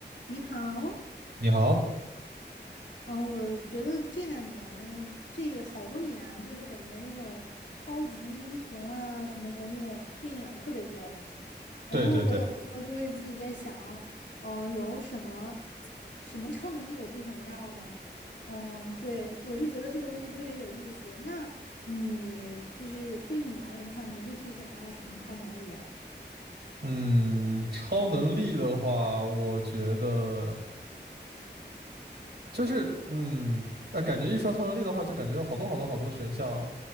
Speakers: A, on the left (about 80°); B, on the right (about 65°).
A: 你好，
B: 你好，
A: 嗯，我觉得这两年这好多年啊，就是感觉那种超级英雄啊什么的那种电影儿特别多嘛。然后我有时候就会自己在想，
B: 对对对，
A: 呃，有什么什么超能力我最想要呢？嗯，对，我就觉得这个东西特别有意思。那你就是对你而言的话，你会最想要什么超能力呀？
B: 嗯，超能力的话，我觉得就是，嗯，呃，感觉一说超能力的话，就感觉有好多好多好多选项啊。